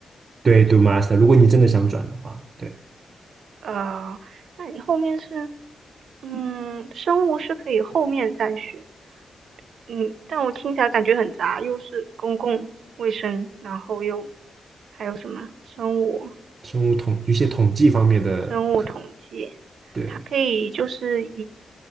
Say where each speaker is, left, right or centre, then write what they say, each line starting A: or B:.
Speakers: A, on the right; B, on the right.
A: 对，读 master，如果你真的想转的话，对
B: 呃，那你后面是，嗯，生物是可以后面再学，嗯，但我听起来感觉很杂，又是公共卫生，然后又还有什么生物、
A: 生物统一些统计方面的，
B: 生物统计，
A: 对。
B: 它可以就是一